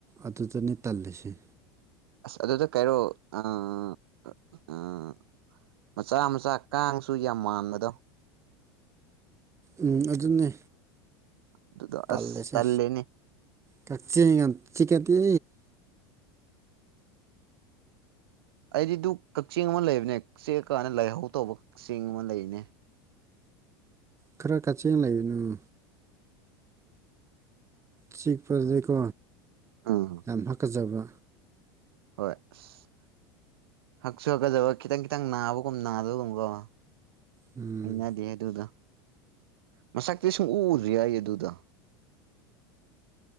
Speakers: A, on the right (about 20°); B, on the right (about 75°).
A: ꯑꯗꯨꯗꯅꯦ ꯇꯜꯂꯤꯁ‌ꯦ
B: ꯑꯁ ꯑꯗꯨꯗ ꯀꯥꯏꯔꯣ ꯑꯥ ꯑꯥ ꯃꯆꯥ ꯃꯆꯥ ꯀꯥꯡꯁꯨ ꯌꯥꯝ ꯃꯥꯟꯕꯗꯣ
A: ꯎꯝ ꯑꯗꯨꯅꯦ
B: ꯑꯗꯨꯗꯣ
A: ꯇꯜꯂ‌ꯦꯁꯦ
B: ꯑꯁ ꯇꯜꯂꯦꯅꯦ
A: ꯀꯛꯆ‌ꯦꯡ ꯌꯥꯝ ꯆꯤꯛꯒꯗꯤ
B: ꯑꯩꯗꯤ ꯗꯨ ꯀꯛꯆ‌ꯦꯡ ꯑꯃ ꯂꯩꯕꯅꯦ ꯀ ꯆꯤꯛꯑꯀꯥꯟꯗ ꯂꯥꯏꯍꯧ ꯇꯧꯕ ꯀꯛꯆ‌ꯦꯡ ꯑꯃ ꯂꯩꯕꯅꯦ
A: ꯈꯔ ꯀꯛꯆꯦꯜ ꯂꯩꯕꯅꯨ ꯆꯤꯛꯄꯗꯒꯤꯀꯣ
B: ꯎꯝ
A: ꯌꯥꯝ ꯍꯥꯀꯠꯆꯕ
B: ꯍꯣꯏ ꯑꯁ ꯍꯛꯁꯨ ꯍꯛꯀꯠꯖꯕ ꯈꯤꯇꯪ ꯈꯤꯇꯪ ꯅꯥꯕꯒꯨꯝ ꯅꯥꯗꯕꯒꯨꯝꯀꯣ
A: ꯎꯝ
B: ꯍꯩꯅꯗꯦꯍ‌ꯦ ꯑꯗꯨꯗ‌ꯣ ꯃꯁꯛꯇꯤ ꯁꯨꯡꯎ ꯎꯗ꯭ꯔꯤ ꯑꯩ ꯑꯗꯨꯗ‌ꯣ